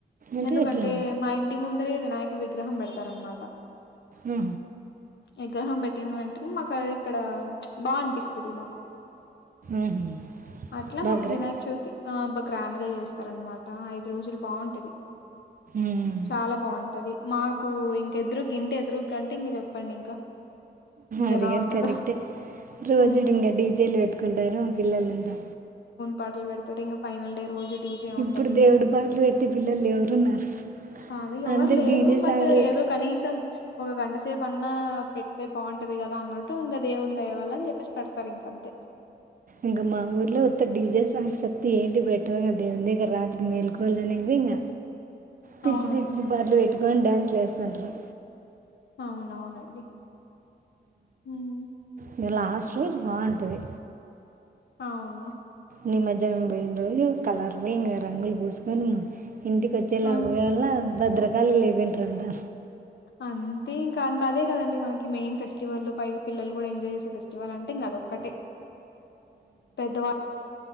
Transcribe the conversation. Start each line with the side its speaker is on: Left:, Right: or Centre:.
Right: అంటే
Left: ఎందుకంటే
Right: ఎట్లా
Left: మా ఇంటి ముందరే వినాయకుడు విగ్రహం పెడతారనమాట
Right: ఆ
Left: విగ్రహం పెట్టిన వెంటనే మాకు ఇక్కడ బా అనిపిస్తది మాకు
Right: ఉమ్,
Left: అట్లా
Right: బాగా
Left: మాకు
Right: గ్రా-
Left: వినాయక చవితి ఆ గ్రాండ్గా చేస్తారనమాట ఐదు రోజులు బాగుంటది
Right: ఉమ్.
Left: చాలా బాగుంటది మాకు ఇంగ ఎదురుగ ఇంటి ఎదురుంటే ఇంగ చెప్పండి ఇంకా ఇంకెలా
Right: అడిగాని
Left: ఉంటదో
Right: కరెక్టే రోజుడు
Left: హ్మ్
Right: ఇంగ డీజేలు పెట్టుకుంటార పిల్లలంతా
Left: పాటల్ పెడుతరు ఇంగ ఫైనల్ డే రోజు డీజే
Right: ఇప్పుడు
Left: ఉంటది
Right: దేవుడి పాటలు పెట్టే పిల్లలు ఎవరున్నారు
Left: అదిే ఎవరు
Right: అంతా
Left: లేరు
Right: డీజే
Left: బట్
Right: సాంగ్లు పెట్టి
Left: ఏదో కనీసం ఒక గంట సేపు అన్నా పెడితే బాగుంటది కదా అన్నట్టు ఇంగ దేవుని దయ వాళ్ళ అని చెప్పేసి పెడతారు ఇంకాంతే
Right: ఇంకా మా ఊర్లో ఉత్త డీజే సాంగ్స్ తప్పింతే ఏంటి బట్టరుగ దేవుని దగ్గర రాత్రకి మేల్కోవలని ఇంగ పిచ్చి
Left: అవునండి.
Right: పిచ్చి పాటలు పెట్టుకు కోనీ డ్యాన్స్ లేస్తంటారు
Left: అవునవునండి మ్
Right: ఇగ లాస్ట్ రోజు బాగుంటది
Left: అవును
Right: నిమజ్జనం పోయిన రోజు కలర్ వి ఇంగ రంగులు పూసుకొని ఇంటికి వచ్చేలోకల్ల
Left: ఆ!
Right: భద్రకాలు అయిపోఇంటారంతా
Left: అంతే ఇంకాంకా అదే కదండి మనకి మెయిన్ ఫెస్టివల్ పైగా పిల్లలు కూడా ఎజాయ్ చేసే ఫెస్ స్టివాలంటే ఇంగ అదొక్కటే పెద్దవా